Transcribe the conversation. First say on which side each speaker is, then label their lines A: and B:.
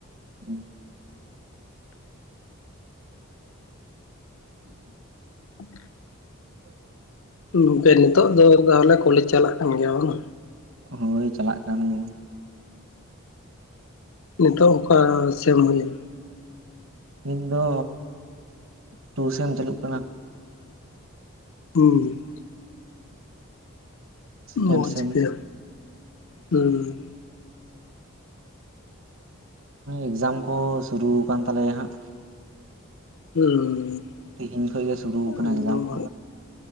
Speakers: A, on the right; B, on the left.
A: ᱦᱮᱸ <inaudible>
B: <inaudible>
A: <inaudible>
B: ᱜᱚᱝᱠᱮ ᱱᱤᱛᱚᱜ ᱫᱚ ᱛᱟᱦᱚᱞᱮ ᱠᱚᱞᱮᱡᱽ ᱪᱟᱞᱟᱜ ᱠᱟᱱ ᱜᱮᱭᱟ ᱵᱟᱝ-ᱟ
A: ᱦᱳᱭ ᱪᱟᱞᱟᱜ ᱠᱟᱱ ᱜᱮᱭᱟ᱾
B: ᱱᱤᱛᱚᱜ ᱚᱠᱟ ᱥᱮᱢ ᱦᱩᱭᱮᱱᱟ?
A: ᱱᱤᱛ ᱫᱚ ᱴᱩ ᱥᱮ ᱥᱮᱢ ᱪᱟᱹᱞᱩᱜ ᱠᱟᱱᱟ᱾
B: ᱦᱩᱸ
A: ᱥᱮᱠᱮᱱᱰ
B: ᱢᱚᱡᱽᱛᱮ
A: ᱥᱮᱢ
B: ᱦᱩᱸ
A: ᱮᱠᱡᱟᱢ ᱠᱚ ᱥᱩᱨᱩ ᱠᱟᱱ ᱛᱟᱞᱮᱭᱟ ᱦᱟᱸᱜ
B: ᱦᱩᱸ
A: ᱛᱤᱦᱤᱧ ᱠᱷᱚᱡ ᱜᱮ ᱥᱩᱨᱩ ᱠᱟᱱᱟ
B: ᱮᱠᱫᱚᱢ
A: ᱮᱠᱡᱟᱢ ᱠᱚ